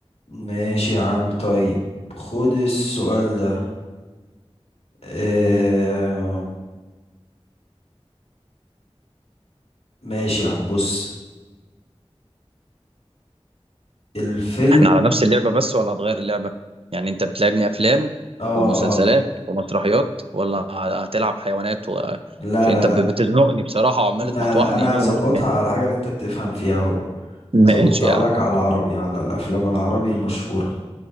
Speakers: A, on the left; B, on the right.
A: ماشي يا عم طيب خد السؤال ده آه... ماشي يا عم بص الفيلم
B: احنا على نفس اللعبة بس ولا هتغير اللعبة؟ يعني انت بتلعبني افلام
A: اه
B: ومسلسلات
A: اه
B: ومسرحيات ولا هتلعب حيوانات و...
A: لا
B: عشان
A: لا
B: انت
A: لا
B: ب- بتزنقني بصراحة وعمال
A: لا
B: تمطوحني
A: لا انا
B: يمين
A: هظبطها
B: وشمال
A: على الحاجة اللي انت بتفهم فيها اهو
B: <laughs>
A: ظبطتها
B: ماشي يا عم
A: لك على العربي على الافلام العربي المشهورة